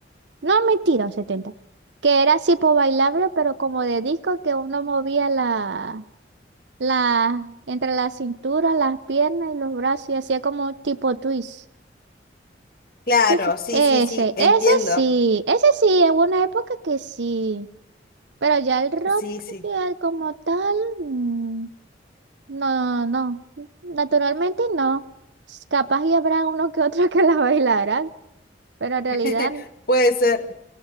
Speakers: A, on the right; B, on the left.
A: No, mentira, setenta Que era tipo bailable, pero como de disco que uno movía la, la, entre la cintura, las piernas y los brazos y hacía como tipo twist.
B: Claro,
A: Sí, que-
B: sí,
A: ese,
B: sí, sí, entiendo.
A: ese sí, ese sí, en una época que sí. Pero ya el rock,
B: Sí, sí,
A: ya como tal. mm, No, no, no. naturalmente no. Capaz y habrá uno que otro <laughs> que la bailarán, pero en realidad,
B: <laughs> puede ser.